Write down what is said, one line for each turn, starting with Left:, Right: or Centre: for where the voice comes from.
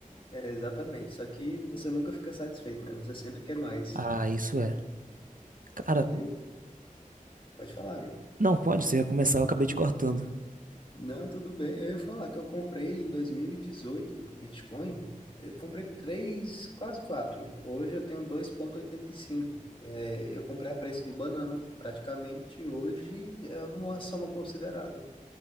Left: É, exatamente. Só que você nunca fica satisfeito, né? Você sempre quer mais.
Right: Ah, isso é. Cara,
Left: Eu, pode falar, amigo.
Right: não pode, se começar eu acabei te cortando.
Left: Não, tudo bem. Eu ia falar que eu comprei em 2018 Bitcoin. Eu comprei três, quase quatro. Hoje eu tenho 2,85. É, eu comprei a preço de banana, praticamente. Hoje é uma soma considerável.